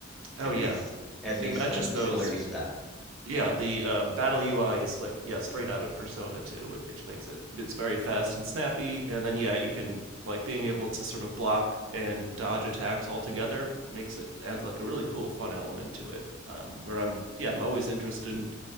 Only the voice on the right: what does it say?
oh
yeah
it
matches
those
yeah, the um, battle UI is like yeah, straight out of Persona 2, which, makes it it's very fast and snappy. And then yeah, you can like being able to sort of block and dodge attacks altogether makes it adds like a really cool fun element to it. Um, where I'm yeah, I'm always interested in